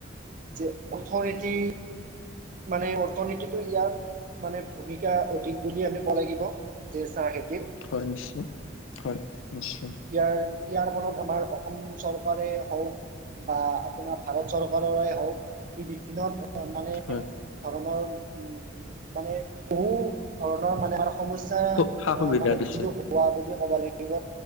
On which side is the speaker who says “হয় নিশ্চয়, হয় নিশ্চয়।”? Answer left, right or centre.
Left